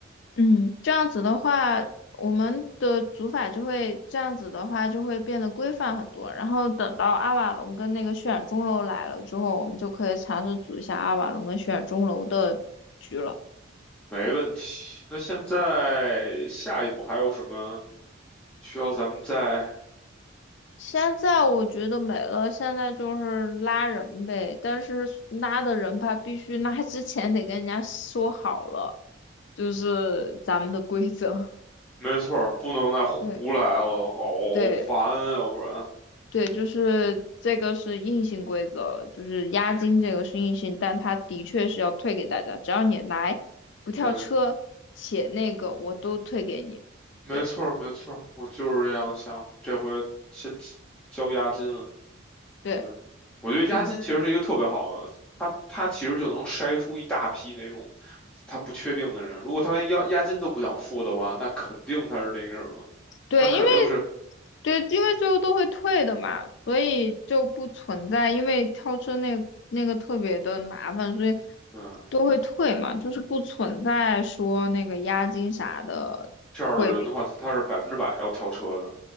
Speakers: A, on the left (about 60°); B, in the centre.
A: 嗯，这样子的话，我们的组法就会这样子的话就会变得规范很多。然后等到阿瓦隆跟那个血染钟楼来了之后，我们就可以尝试组一下阿瓦隆跟血染钟楼的局了。
B: 没问题。那现在下一步还有什么需要咱们再？
A: 现在我觉得没了，现在就是拉人呗，但是拉的人吧，必须拉之前得跟人家说好了，就是咱们的规则。
B: 没错儿，不能再胡来了，
A: <laughs> 对
B: 好烦啊要不然。
A: 对，对，就是这个是硬性规则了，就是押金这个是硬性，但它的确是要退给大家，只要你来不跳车且那个我都退给你。
B: 对，没错儿，
A: 对
B: 没错儿，我就是这样想，这回先交押金了。
A: 对
B: 对，我觉得押金其实是一个特别好的，
A: 嗯，
B: 他他其实就能筛出一大批那种他不确定的人。如果他连押押金都不想付的话，那肯定他是那个什么，
A: 对，
B: 他肯定是
A: 因为对，因为最后都会退的嘛，所以就不存在因为跳车那那个特别的麻烦，所以
B: 嗯
A: 都会退嘛，就是不存在说那个押金啥的。
B: 这样的人的话，
A: 会。
B: 他他是百分之百要跳车的。